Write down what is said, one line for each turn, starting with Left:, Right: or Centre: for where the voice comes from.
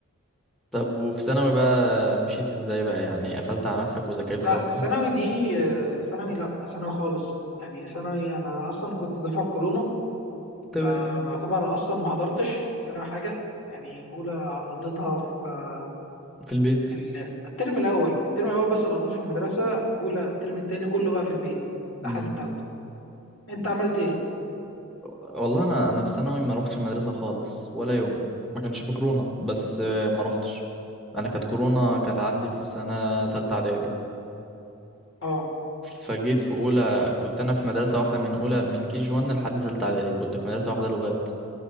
Centre: طب وفي ثانوي بقى مشيت ازاي بقى يعني قفلت على نفسك وذاكرت
Left: لا
Centre: بقى
Left: ثانوي دي آه، ثانوي لا ثانوي خالص يعني ثانوي انا اصلا كنت دفعه كورونا
Centre: تمام
Left: فيعتبر اصلا ما حضرتش ثانوي حاجه يعني اولى قضيتها في آه،
Centre: في البيت
Left: في ال- الترم الاول الترم الاول بس اللي قضيته في المدرسه اولى الترم التاني كله بقى في البيت لحد
Centre: امم
Left: التالتة انت عملت ايه
Centre: والله انا انا في ثانوي ما روحتش المدرسه خالص ولا يوم ما كانش في كورونا بس آه، ما روحتش انا كانت كورونا كانت عندي في سنه تالتة اعدادي
Left: اه
Centre: فجيت في اولى كنت انا في مدرسه واحده من اولى من كي جي 1 لحد تالتة اعدادي كنت في مدرسه واحده لغات